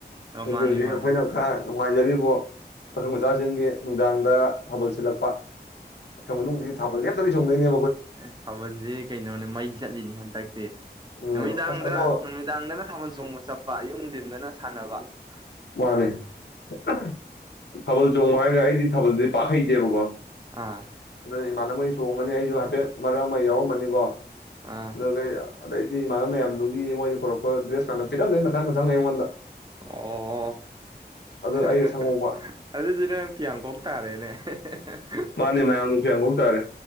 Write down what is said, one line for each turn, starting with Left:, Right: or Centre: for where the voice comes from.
Right: ꯑ
Left: ꯑꯩꯗꯤ
Right: ꯃꯥꯅꯦ
Left: ꯍꯨꯖꯤꯛ
Right: ꯃꯥꯅꯦ
Left: ꯑꯩꯈꯣꯏꯅꯈꯪ ꯅꯨꯡꯉꯥꯏꯖꯔꯤꯕꯣ ꯄꯥꯈꯪ ꯃꯆꯥꯁꯤꯡꯒꯤ ꯅꯨꯡꯗꯥꯡꯗ ꯊꯥꯕꯜ ꯁꯤꯜꯂꯛꯄ ꯌꯥꯎꯁꯪ ꯃꯅꯨꯡꯗꯤ ꯊꯥꯕꯜ ꯂꯦꯞ ꯇꯕꯤ ꯆꯣꯡꯗꯣꯏꯅꯦ
Right: ꯑꯦ ꯊꯥꯕꯜꯁꯦ ꯀꯩꯅꯣꯅꯦ ꯃꯩ ꯆꯠꯂꯤꯅꯦ ꯍꯟꯗꯛꯇꯤ꯫
Left: ꯎꯝ
Right: ꯅꯨꯃꯤꯗꯥꯡꯗ
Left: ꯑꯁ ꯑꯗꯣ
Right: ꯅꯨꯃꯤꯗꯥꯡꯗꯅ ꯊꯥꯕꯜ ꯆꯣꯡꯕ ꯆꯠꯄ ꯑꯌꯨꯛ ꯅꯨꯡꯗꯤꯟꯗꯅ ꯁꯥꯟꯅꯕ ꯍ꯫
Left: ꯃꯥꯅꯦ꯫ ꯊꯥꯕꯜ ꯆꯣꯡꯕ ꯍꯥꯏꯔꯒ ꯑꯩꯗꯤ ꯊꯥꯕꯜꯁꯤ ꯄꯥꯛ ꯍꯩꯇꯦꯕꯀꯣ꯫
Right: ꯑꯥ
Left: <unintelligible> ꯏꯃꯥꯟꯅꯕꯉꯩ ꯆꯣꯡꯉꯅꯤ ꯑꯩꯁꯨ ꯍꯥꯏꯐꯦꯠ ꯃꯔꯛ ꯑꯃ ꯌꯥꯎꯔꯝꯃꯅꯤꯀꯣ <unintelligible>
Right: ꯑꯥ
Left: ꯑꯗꯩꯗꯤ ꯏꯃꯥꯟꯅꯕ ꯃꯌꯥꯝꯗꯨꯅꯤ ꯃꯣꯏꯅ ꯄꯨꯔꯛꯄ ꯗ꯭ꯔꯦꯁ <unintelligible> ꯃꯊꯪ ꯃꯊꯪ ꯑꯩꯉꯣꯟꯗ꯫
Right: ꯑꯣ
Left: ꯑꯗꯨ
Right: ꯍꯦ
Left: ꯑꯩꯒ
Right: ꯍꯦ
Left: ꯁꯪꯍꯧꯕ
Right: ꯍꯦ ꯑꯗꯨꯗꯤ ꯅꯪ ꯐꯤꯌꯥꯡꯈꯣꯛ ꯇꯥꯔꯦꯅꯦ ꯍꯦ ꯍꯦ ꯍꯦ꯫
Left: ꯃꯥꯅꯦ ꯃꯌꯥꯝ ꯐꯤꯌꯥꯡꯀꯣꯛ ꯇꯥꯔꯦ